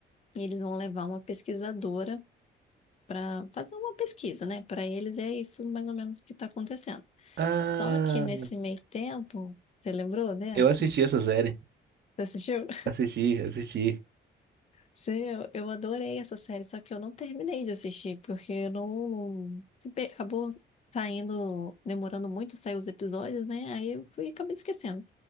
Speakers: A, on the left (about 35°); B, on the right (about 55°).
A: e eles vão levar uma pesquisadora para fazer uma pesquisa, né? Para eles é isso mais ou menos que está acontecendo.
B: Ah,
A: Só que nesse meio tempo, você lembrou dessa?
B: eu assisti essa série.
A: Você assistiu?
B: Assisti, assisti.
A: Sim, eu, eu adorei essa série, só que eu não terminei de assistir, porque eu não, não- se pe- acabou saindo, demorando muito a sair os episódios, né? Aí eu fui, acabei esquecendo,